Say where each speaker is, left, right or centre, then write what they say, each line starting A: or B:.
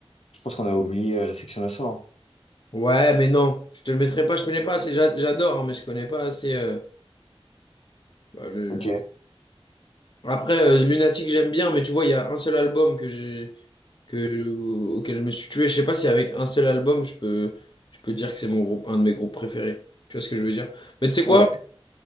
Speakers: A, on the left (about 85°); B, on the left (about 50°).
A: je pense qu'on a oublié euh, la section d'assaut. hein.
B: Ouais, mais non, je te le mettrai pas, je connais pas assez, j'a- j'adore, hein, mais je connais pas assez. euh, bah, le-
A: Ok.
B: Après, euh, Lunatic, j'aime bien, mais tu vois, il y a un seul album que j'ai, que, auquel je me suis tué. Je sais pas si avec un seul album, je peux, je peux dire que c'est mon groupe, un de mes groupes préférés. Tu vois ce que je veux dire? Mais tu sais quoi?
A: Ouais,